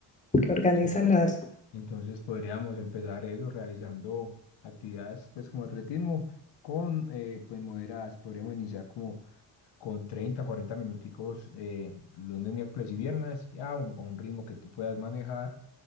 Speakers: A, on the left; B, on the left.
A: que organizan
B: Qué bueno.
A: las...
B: Entonces podríamos empezar eso realizando actividades pues como atletismo con eh, pues moderadas. Podríamos iniciar como con 30 40 minuticos eh, lunes, miércoles y viernes a un, a un ritmo que tú puedas manejar